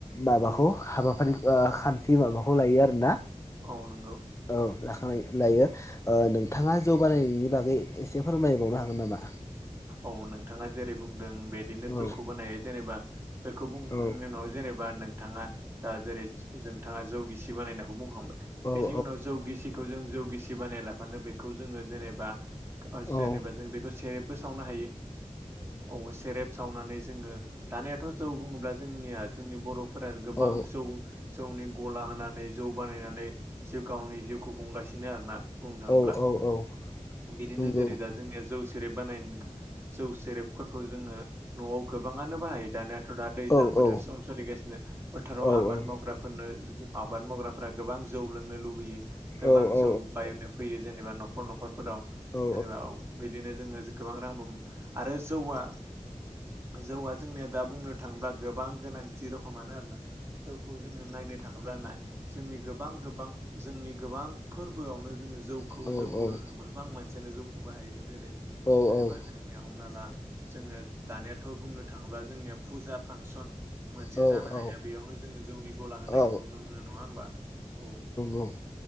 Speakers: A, on the left; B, on the right.
A: माबाखौ
B: औ
A: हाबाफारि खान्थि माबाखौ लायो आरोना
B: औ नंगौ
A: औ लाखानाय लायो ओ नोंथाङा जौ बानायनायनि बागै एसे फोरमायबावनो हागोन नामा
B: औ नोंथाङा जेरै बुंदों बिदिनो
A: औ
B: जौखौ बोनायो जेनेबा बेखौ बुंखांनायनि
A: औ
B: उनाव जेनेबा नोंथाङा दा जेरै नोंथाङा जौगिसि बानायनायखौ बुंखांबाय
A: औ
B: बेनि उनाव जौ गिसिखौ जों जौ गिसि बानाय लाफानो बेखौ खौ जोङो जेनेबा अ जेनेबा
A: औ
B: जों बेखौ सेरेबबो सावनो हायो औ सेरेब सावनानै जोङो दानियाथ' जौ बुङोब्ला जोंनिया जोंनि बर'फोरा गोबां
A: औ
B: जौ जौनि गला होनानै जौ बानायनानै जिउ गावनि जिउखौ खुंगासिनो आरो ना बुंनो थाङोब्ला
A: औ औ औ औ
B: बिदिनो
A: नंगौ
B: जेरै दा जोंनिया जौ सेरेब बानायनो था जौ सेरेबफोरखौ जोङो न'आव गोबाङानो बाहायो दानिया थ' दा दैज्लां
A: औ
B: बोथोर
A: औ
B: सम सोलिगासिनो फोथाराव
A: औ
B: आबाद
A: औ
B: मावग्राफोरनो आबाद मावग्राफोरा गोबां जौ लोंनो लुबैयो गोबां
A: औ औ
B: जौ बायनो फैयो जेनेबा न'खर न'खरफोराव
A: औ
B: जेनेबा बिनो जोङो गोबां रांबो मोनो आरो जौआ जौआ जोंनिया दा बुंनो थाङोब्ला गोबां गोनांथि रखोमानो आरोना जौखौ जोङो नायनो थाङोब्ला नाय जोंनि गोबां गोबां जोंनि गोबां फोरबोआवनो जोङो जौखौ
A: औ
B: जौखौ लोङो <unintelligible> <unintelligible> जौखौ बाहायो जेरै
A: औ औ
B: जेनेबा
A: औ
B: जोंनि हमना ला जोङो दानियाथ' बुंनो थाङोब्ला जोंनिया फुजा फांसन मोनसे
A: औ
B: जानो
A: औ
B: हाया बेयावनो जोङो जौनि गला होनायखौ
A: औ
B: नुनो मोनो नङा होमबा औ
A: औ